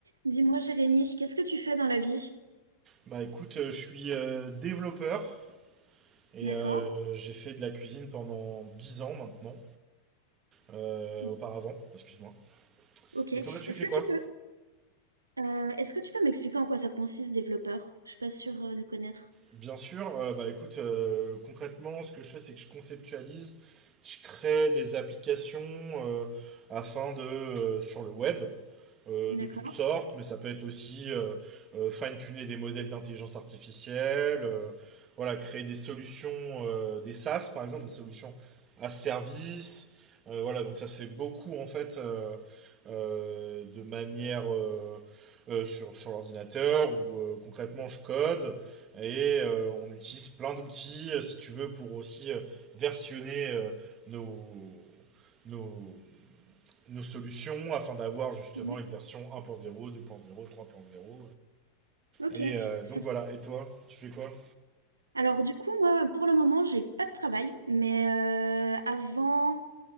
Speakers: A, on the right; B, on the right.
A: Dis-moi, Jérémy, qu'est-ce que tu fais dans la vie?
B: Bah écoute, euh, je suis euh, développeur et
A: D'accord.
B: euh, j'ai fait de la cuisine pendant 10 ans maintenant, euh,
A: O-
B: auparavant, excuse-moi.
A: Ok.
B: Et toi, tu
A: Est-ce
B: fais
A: que
B: quoi?
A: tu peux, euh, est-ce que tu peux m'expliquer en quoi ça consiste, développeur? Je suis pas sûre euh, de connaître.
B: Bien sûr, euh, bah écoute, euh, concrètement, ce que je fais, c'est que je conceptualise, je crée des applications euh, afin de, euh, sur le web, euh, de
A: D'accord.
B: toutes sortes, mais ça peut être aussi euh, euh, fine-tuner des modèles d'intelligence artificielle, euh, voilà, créer des solutions, euh, des SaaS par exemple, des solutions à service, euh, voilà, donc ça se fait beaucoup en fait euh, euh, de manière euh, euh, sur, sur l'ordinateur où euh, concrètement je code. Et euh, on utilise plein d'outils, euh, si tu veux, pour aussi euh, versionner euh, nos, nos, nos solutions afin d'avoir justement
A: Mhm.
B: une version 1.0, 2.0, 3.0.
A: Ok.
B: Et euh,
A: Ça-
B: donc voilà, et toi, tu fais quoi
A: Alors du coup, moi, pour le moment, j'ai pas de travail, mais euh, avant,